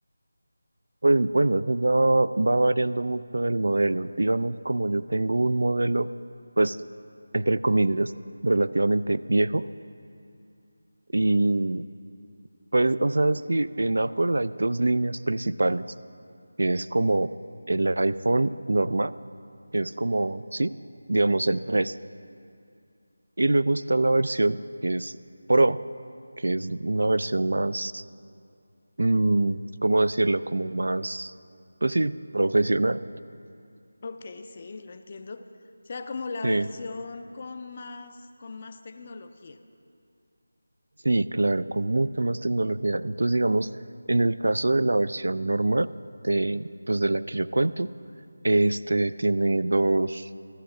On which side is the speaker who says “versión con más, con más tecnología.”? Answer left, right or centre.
Left